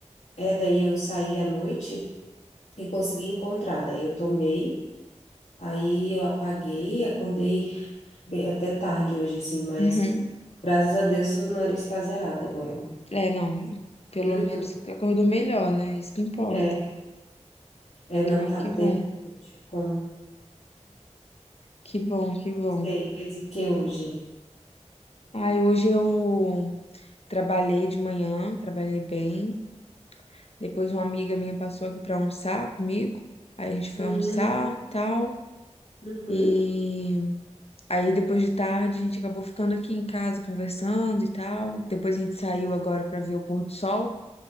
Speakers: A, on the left; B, on the left.
A: é daí eu saí à noite e consegui encontrar. Daí eu tomei, aí eu apaguei, acordei bem- até tarde hoje, assim, mas
B: Uhum.
A: graças a Deus o nariz está zerado agora.
B: É, não, pelo
A: Eu
B: menos
A: e tu?
B: acordou melhor, né? Isso que importa.
A: É, é, não
B: Ai,
A: tava
B: que
A: terrível,
B: bom,
A: não tinha como.
B: que bom, que
A: Não
B: bom.
A: Sei, fez o que hoje?
B: Ai, hoje eu trabalhei de manhã, trabalhei bem. Depois uma amiga minha passou aqui pra almoçar comigo. Aí a gente foi
A: Hum,
B: almoçar, tal,
A: uhum.
B: e Aí depois de tarde a gente acabou ficando aqui em casa conversando e tal. Depois a gente saiu agora para ver o pôr do sol.